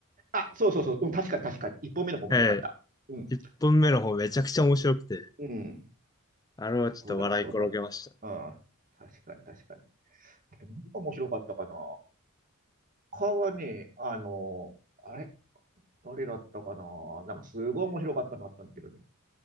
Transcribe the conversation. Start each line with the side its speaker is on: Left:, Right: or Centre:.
Right: あ、そうそうそう、うん、確かに確かに。一本目の子面白かった。
Left: え
Right: うん。
Left: え。一本目の方めちゃくちゃ面白くて。
Right: うん。
Left: あれはちょっと笑い転げましたね。
Right: そうだった、そうだ。うん。確かに確かに。あと何が面白かったかな。他はね、あの、あれ誰だったかな。なんかすごい面白かったのあったんだけどね。